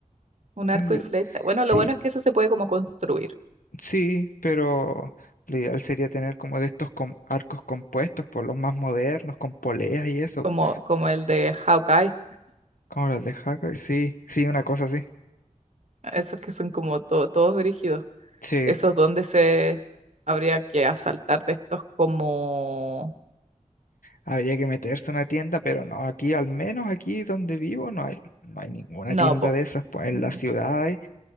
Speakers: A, on the right; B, on the left.
A: Un arco
B: es
A: y flecha. Bueno,
B: sí,
A: lo bueno es que eso se puede como construir,
B: sí, pero lo ideal sería tener como de estos com- arcos compuestos por los más modernos, con poleas y eso,
A: como,
B: po,
A: como el de Hawkeye,
B: como los de Hawkeye. Sí, sí, una cosa así.
A: esos que son como to- todos brígidos.
B: Sí,
A: Esos donde se habría que asaltar de estos como...
B: habría que meterse a una tienda, pero no, aquí, al menos aquí donde vivo, no hay, no hay ninguna
A: No,
B: tienda
A: po.
B: de esas. Pues en
A: Mm,
B: la ciudad hay,